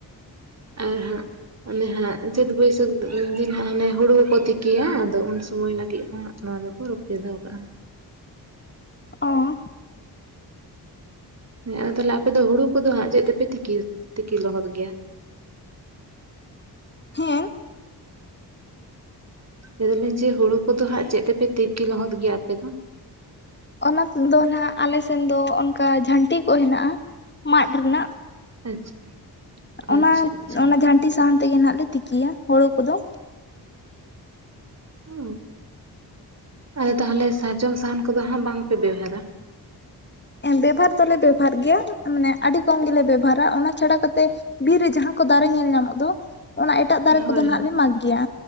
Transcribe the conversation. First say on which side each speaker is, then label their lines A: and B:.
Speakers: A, on the right (about 40°); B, on the left (about 25°).
A: ᱟᱨ ᱦᱟᱸᱜ ᱚᱱᱮ ᱦᱟᱸᱜ ᱪᱟᱹᱛ ᱵᱟᱹᱭᱥᱟᱹᱠᱷ ᱫᱤᱱ ᱦᱟᱸᱜ ᱦᱚᱱᱮ ᱦᱩᱲᱩ ᱦᱚᱸᱠᱚ ᱛᱤᱠᱤᱭᱟ ᱟᱫᱚ ᱩᱱ ᱥᱚᱢᱚᱭ ᱞᱟᱹᱜᱤᱫ ᱦᱚᱸᱜ ᱱᱚᱣᱟ ᱫᱚ ᱠᱚ ᱨᱩᱠᱷᱟ‌ᱹᱭᱟ ᱫᱚᱦᱚ ᱠᱟᱜᱼᱟ᱾
B: ᱚᱻ᱾
A: ᱦᱮᱸ ᱛᱟᱦᱞᱮ ᱟᱯᱮ ᱫᱚ ᱦᱩᱲᱩ ᱠᱚᱫᱚ ᱦᱟᱸᱜ ᱪᱮᱫ ᱛᱮᱯᱮ ᱛᱤᱠᱤ ᱛᱤᱠᱤ ᱞᱚᱦᱚᱫ ᱜᱮᱭᱟ?
B: ᱦᱮᱸ᱾
A: ᱞᱟᱹᱭ ᱫᱟᱹᱞᱤᱧ ᱡᱮ ᱦᱩᱲᱩ ᱠᱚᱫᱚ ᱦᱟᱸᱜ ᱪᱮᱫ ᱛᱮᱯᱮ ᱛᱤᱠᱤ ᱞᱚᱦᱚᱫ ᱜᱮᱭᱟ ᱟᱯᱮ ᱫᱚ?
B: ᱚᱱᱟ ᱠᱩ ᱫᱚ ᱦᱟᱸᱜ ᱟᱞᱮ ᱥᱮᱱ ᱫᱚ ᱚᱱᱠᱟ ᱡᱷᱟᱹᱱᱴᱤ ᱠᱚ ᱦᱮᱱᱟᱜ-ᱟ ᱢᱟᱫᱽ ᱨᱮᱱᱟᱜ
A: ᱟᱪᱪᱷᱟ᱾
B: ᱚᱱᱟ
A: ᱟᱪᱪᱷᱟ ᱟᱪᱪᱷᱟ
B: ᱚᱱᱟ ᱡᱷᱟᱹᱱᱴᱤ ᱥᱟᱦᱟᱱ ᱛᱮᱜᱮ ᱱᱟᱜ ᱞᱮ ᱛᱤᱠᱤᱭᱟ ᱦᱳᱲᱩ ᱠᱚᱫᱚ
A: ᱩᱻ ᱟᱫᱚ ᱛᱟᱦᱚᱞᱮ ᱥᱟᱨᱡᱚᱢ ᱥᱟᱦᱟᱱ ᱠᱚᱫᱚ ᱦᱟᱸᱜ ᱵᱟᱝ ᱯᱮ ᱵᱮᱣᱦᱟᱨᱟ?
B: ᱦᱮ ᱵᱮᱵᱚᱦᱟᱨ ᱫᱚᱞᱮ ᱵᱮᱵᱚᱦᱟᱨ ᱜᱮᱭᱟ ᱢᱟᱱᱮ ᱟᱹᱰᱤ ᱠᱚᱢ ᱜᱮᱞᱮ ᱵᱮᱵᱚᱦᱟᱨᱟ ᱚᱱᱟ ᱪᱷᱟᱰᱟ ᱠᱟᱛᱮᱜ ᱵᱤᱨ ᱨᱮ ᱡᱟᱦᱟᱸ ᱠᱚ ᱫᱟᱨᱮ ᱧᱮᱞ ᱧᱟᱢᱚᱜ ᱫᱚ ᱚᱱᱟ ᱮᱴᱟᱜ ᱫᱟᱨᱮ
A: ᱦᱳᱭ
B: ᱠᱚᱫᱚ ᱱᱟᱜ
A: ᱦᱳᱭ
B: ᱞᱮ ᱢᱟᱜᱽ ᱜᱮᱭᱟ